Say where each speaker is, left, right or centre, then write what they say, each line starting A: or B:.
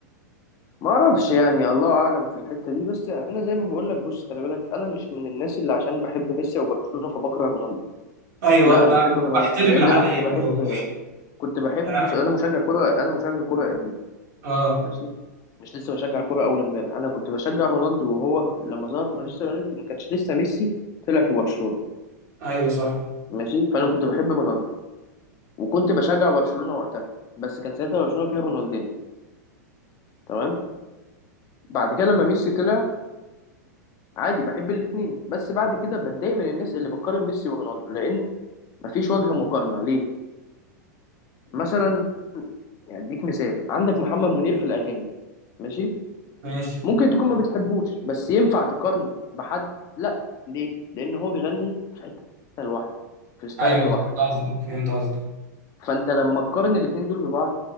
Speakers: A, on the left; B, on the right.
A: ما اعرفش يعني الله اعلم في الحته دي بس انا زي ما بقول لك بص خلي بالك انا مش من الناس اللي عشان بحب ميسي او برشلونه فبكره رونالدو
B: ايوه
A: لا انا
B: انا
A: بحب رونالدو
B: بحترم
A: لان
B: <laughs> العقليه
A: انا كنت بحب
B: دي والله
A: كنت بحب
B: أنا-
A: بص انا مشجع كره انا مشجع كره قديم
B: اه
A: ماشي مش لسه بشجع كره اول امبارح انا كنت بشجع رونالدو وهو ف- لما ظهر في مانشستر يونايتد ما كانش لسه ميسي طلع في برشلونه
B: ايوه صح
A: ماشي فانا كنت بحب رونالدو وكنت بشجع برشلونه وقتها بس كان ساعتها برشلونه فيها رونالدينيو تمام بعد كده لما ميسي طلع عادي بحب الاتنين بس بعد كده بتضايق من الناس اللي بتقارن ميسي ورونالدو لان مفيش وجه مقارنه ليه مثلا يعني اديك مثال عندك محمد منير في الاغاني ماشي
B: ماشي
A: ممكن تكون ما بتحبوش بس ينفع تقارنه بحد لا ليه لان هو بيغني في حته لوحده في ستايل
B: ايوه
A: لوحده
B: فهمت قصدك فهمت قصدك
A: فانت لما تقارن الاتنين دول ببعض